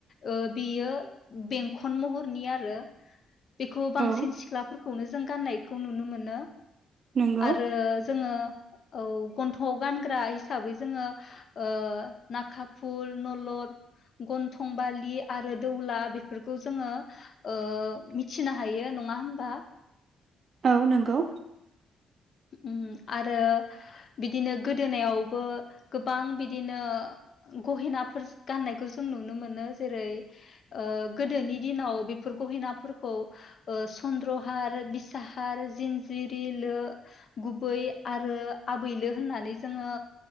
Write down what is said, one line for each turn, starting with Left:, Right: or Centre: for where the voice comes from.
Left: ओ बेयो बेंखन महरनि आरो बेखौ बांसिन
Right: औ
Left: सिख्लाफोर खौनो जों गाननायखौ नुनो मोनो
Right: नंगौ
Left: आरो जोङो औ गन्थ'आव गानग्रा हिसाबै जोङो ओ नाखा फुल नलद गन्थंबालि आरो दौला बेफोरखौ जोङो ओ मिथिनो हायो नङा होमबा
Right: औ नंगौ
Left: ओम आरो बिदिनो गोदोनायावबो गोबां बिदिनो गहेनाफोर गाननायखौ जों नुनो मोनो जेरै ओ गोदोनि दिनाव बेफोर गहिनाफोरखौ ओ सन्द्रहार बिसाहार जिनजिरिलो गुबै आरो आबैलो होननानै जोङो